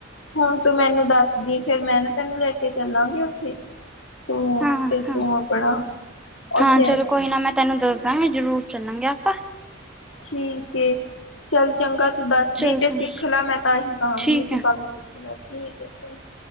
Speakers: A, on the left (about 90°); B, in the centre.
A: ਹੁਨ ਤੂੰ ਮੈਨੂੰ ਦੱਸਦੀ ਫੇਰ ਮੈਂ ਨਾ ਤੈਨੂੰ ਲੈ ਕੇ ਚੱਲਾਂਗੀ ਓਥੇ। ਤੂੰ
B: ਹਾਂ
A: ਤੇ
B: ਹਾਂ
A: ਤੂੰ ਆਪਣਾ ਓਥੇ
B: ਹਾਂ ਚਲੋ ਕੋਈ ਨਾ ਮੈਂ ਤੈਨੂੰ ਦੱਸ ਦਾਂਗੀ, ਜ਼ਰੂਰ ਚੱਲਾਂਗੇ ਆਪਾਂ।
A: ਠੀਕ ਏ, ਚੱਲ ਚੰਗਾ ਤੂੰ ਦੱਸਦੀ
B: ਚੱਲ ਚਲ
A: ਤੇ ਸਿੱਖ ਲੈ, ਮੈਂ ਤਾਂ ਇਹੀ ਕਹਾਂਗੀ
B: ਠੀਕ
A: ਵੀ ਤੂੰ
B: ਹੈ
A: ਕਮ ਸਿੱਖ ਲੈ ਠੀਕ ਹੈ ਚੱਲ